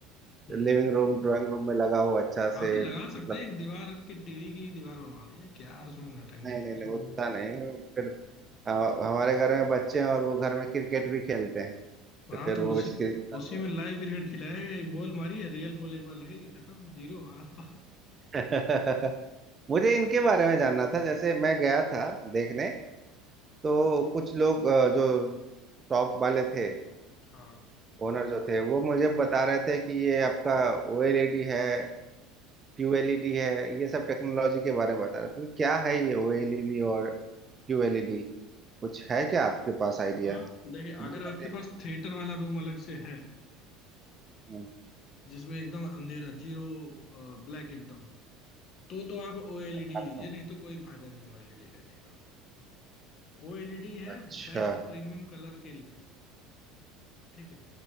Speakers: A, on the left; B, on the right.
A: हम्म,
B: लिविंग रूम ड्राइंग रूम में लगा हो अच्छा
A: हाँ
B: से
A: तो लगा
B: मतलब
A: सकते हैं एक दीवार की टीवी की दीवार बनवा दीजिए क्या उसमें नटंगी
B: नहीं
A: है,
B: नहीं
A: उसमें
B: नहीं उतना नहीं फिर हाँ, हमारे घर में बच्चे हैं और वो घर में क्रिकेट भी खेलते हैं
A: हाँ
B: तो फिर
A: तो
B: वो
A: उस
B: स्क्रीन का
A: उसी
B: तो
A: में लाइव क्रिकेट खिलाएगा एक बॉल मारी है रियल बॉल एक बार लगेगी खत्म जीरो आर पार
B: <laughs> मुझे इनके बारे में जानना था जैसे मैं गया था देखने
A: हम्म,
B: तो कुछ लोग अ, जो टॉप वाले थे
A: हाँ
B: ओनर जो थे वो मुझे बता रहे थे कि ये आपका ओएलईडी है क्यूएलईडी है ये सब टेक्नोलॉजी के बारे में बता रहे थे तो क्या है ये ओएलईडी और क्यूएलईडी कुछ है क्या आपके पास आइडिया
A: हाँ देखिए अगर
B: बोल रहे
A: आपके
B: थे
A: पास थिएटर वाला रूम अलग से है
B: हम्म,
A: जिसमें एकदम अंधेरा जीरो ब्लैक एकदम तो तो आप ओएलईडी
B: अच्छा
A: लीजिए नहीं तो कोई फायदा नहीं है ओएलईडी लेने का ओएलईडी है
B: अच्छा
A: बेस्ट प्रीमियम कलर के लिए ठीक है